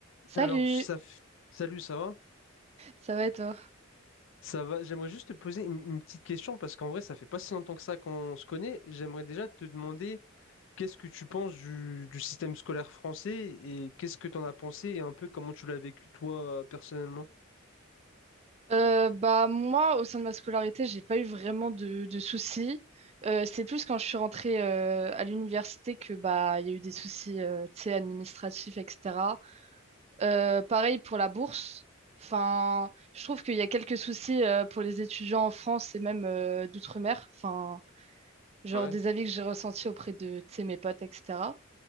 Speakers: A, on the right (about 30°); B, on the left (about 65°).
A: Salut,
B: Alors, ça... f- salut, ça va?
A: ça va et toi?
B: Ça va? J'aimerais juste te poser une, une petite question parce qu'en vrai, ça fait pas si longtemps que ça qu'on se connaît. J'aimerais déjà te demander qu'est-ce que tu penses du, du système scolaire français et qu'est-ce que tu en as pensé et un peu comment tu l'as vécu toi personnellement.
A: Euh, bah moi, au sein de ma scolarité, j'ai pas eu vraiment de, de soucis. Euh, c'est plus quand je suis rentrée euh, à l'université que bah il y a eu des soucis, euh, tu sais, administratifs, etc. Euh, pareil pour la bourse. Enfin, je trouve qu'il y a quelques soucis euh, pour les étudiants en France et même euh, d'outre-mer. Enfin, genre
B: Ouais.
A: des avis que j'ai ressentis auprès de, tu sais, mes potes, etc.